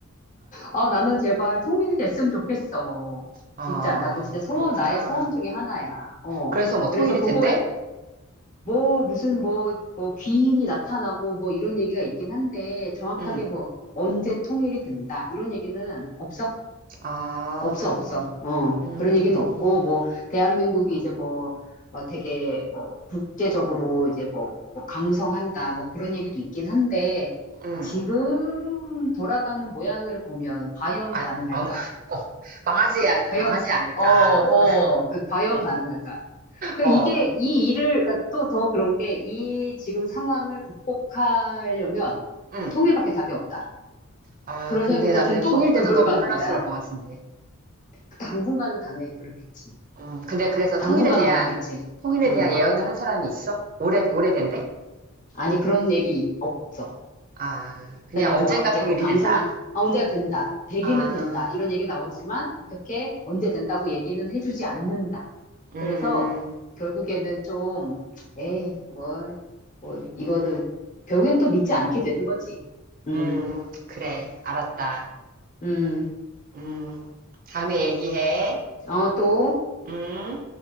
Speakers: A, on the left (about 35°); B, on the right (about 40°).
A: 아, 나는 제발 통일이 됐으면 좋겠어.
B: 아,
A: 진짜, 나 그 진짜 소원,
B: 그렇구나.
A: 나의 소원 중에 하나야. 어.
B: 그래서 뭐
A: 그래서
B: 통일이
A: 그거에
B: 된대?
A: 뭐, 무슨 뭐, 뭐, 귀인이 나타나고 뭐 이런 얘기가 있긴 한데 정확하게
B: 응,
A: 뭐, 언제 통일이 된다. 이런 얘기는 없어.
B: 아,
A: 없어, 없어. 어,
B: 음,
A: 그런 얘기는 없고, 뭐, 대한민국이 이제 뭐, 막 되게 뭐, 국제적으로 이제 뭐, 뭐 강성한다, 뭐 그런 얘기도 있긴 한데,
B: 응.
A: 지금 돌아가는 모양을 보면 과연
B: 아,
A: 가능할까?
B: 아무, <laughs> 어, 망하지, 않-
A: 과연,
B: 망하지 않을까.
A: 어, 어, 그 과연
B: 어,
A: 가능할까? 그러니까
B: 어,
A: 이게, 이 일을, 그러니까 또더 그런 게, 이 지금 상황을 극복하려면
B: 응,
A: 통일밖에 답이 없다.
B: 아,
A: 그런
B: 근데
A: 생각이 또
B: 나는
A: 든 또
B: 통일돼도
A: 그걸로
B: 너무
A: 가는
B: 혼란스러울
A: 거야.
B: 것 같은데.
A: 그 당분간은 당연히 그렇겠지.
B: 음, 근데 그래서
A: 당분간은
B: 통일에 대한,
A: 그렇겠지.
B: 통일에
A: 음.
B: 대한 예언을 한 사람이 있어? 오래, 오래된대?
A: 아니, 그런 얘기 없어.
B: 아, 그냥
A: 그러니까
B: 언젠가
A: 뭐, 이렇게
B: 통일이
A: 뭐, 강성한다.
B: 된다.
A: 아, 언제가 된다. 되기는
B: 아,
A: 된다. 이런 얘기 나오지만, 어떻게, 언제 된다고 얘기는 해주지 않는다. 그래서,
B: 음,
A: 결국에는 좀, 에이, 뭐, 뭐, 이거를, 결국엔 또 믿지 않게 되는 거지. 음,
B: 음, 그래, 알았다.
A: 음.
B: 음, 다음에 얘기해.
A: 어, 또,
B: 음.